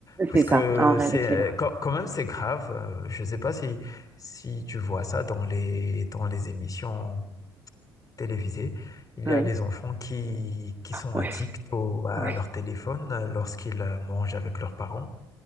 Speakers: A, on the left; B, on the right.
A: Parce
B: C'est
A: que
B: ça, en réalité
A: c'est euh, quand, quand même c'est grave. euh, Je ne sais pas si, si tu vois ça dans les, dans les émissions télévisées. Il
B: Oui,
A: y a les enfants qui, qui sont
B: oui,
A: addicts au- à
B: oui.
A: leur téléphone euh, lorsqu'ils euh, mangent avec leurs parents.